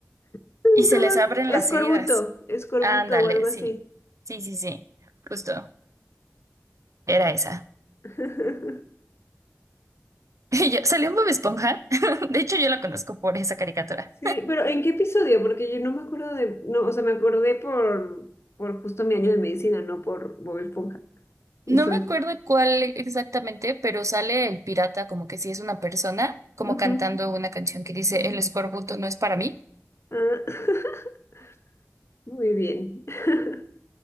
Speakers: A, on the left; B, on the right.
A: <laughs>
B: y se
A: No,
B: les abren
A: escorbuto,
B: las heridas.
A: escorbuto
B: Ándale,
A: o algo
B: sí.
A: así.
B: Sí, sí, sí. Justo. Era esa.
A: <laughs>
B: <laughs> Y yo, salió en Bob Esponja. <laughs> De hecho, yo la conozco por esa caricatura.
A: Sí, pero ¿en qué episodio? Porque yo no me acuerdo de, no, o sea, me acordé por, por justo mi año de medicina, no por Bob Esponja. Y
B: No
A: soy.
B: me acuerdo cuál exactamente, pero sale el pirata como que si es una persona, como
A: ujú.
B: cantando una canción que dice El escorbuto no es para mí.
A: Ah, <laughs> muy bien. <laughs>